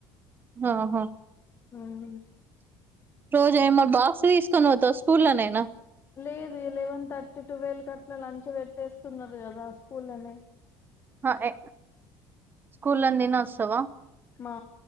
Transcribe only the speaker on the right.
ఆహా
రోజు ఏమో బాక్స్ తీసుకొని పోతావా స్కూల్లోనైనా
ఆ ఏ స్కూల్ లో నే తిని వస్ తావా